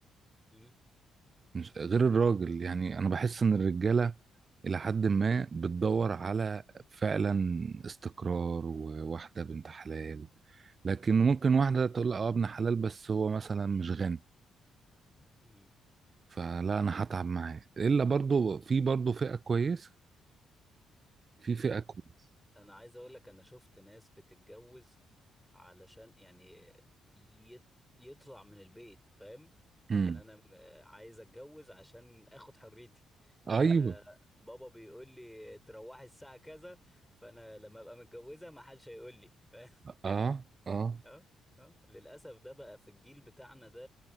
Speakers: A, in the centre; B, on the right.
A: امم
B: مش غير الراجل يعني انا بحس ان الرجاله الى حد ما بتدور على فعلا استقرار وواحده بنت حلال لكن ممكن واحده تقول اه ابن حلال بس هو مثلا مش غني
A: امم
B: فلا انا هتعب معاه الا برضو في برضو فئه كويسه في فئة كويسة
A: انا عايز اقول لك انا شفت ناس بتتجوز علشان يعني يت- يطلع من البيت فاهم يعني
B: امم
A: انا م- عايز اتجوز عشان اخد حريتي
B: ايوه
A: انا بابا بيقول لي تروحي الساعة كذا فانا لما ابقى متجوزة ما حدش هيقول لي <laughs> فاهم
B: اه اه
A: اه اه للاسف ده بقى في الجيل بتاعنا ده